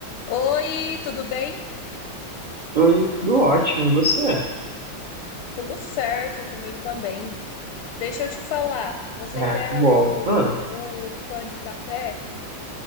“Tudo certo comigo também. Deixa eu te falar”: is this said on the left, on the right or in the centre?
Left